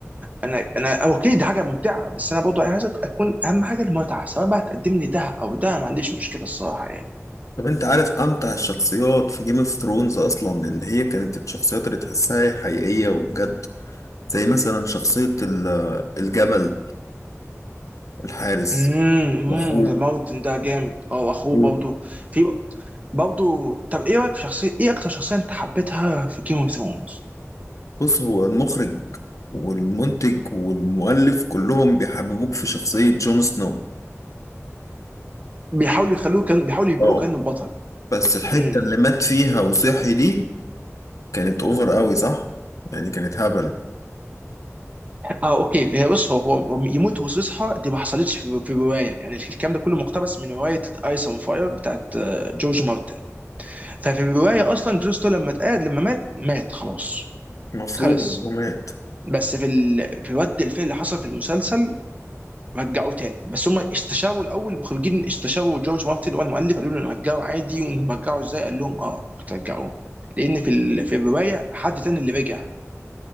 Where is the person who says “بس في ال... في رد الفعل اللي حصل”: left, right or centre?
Right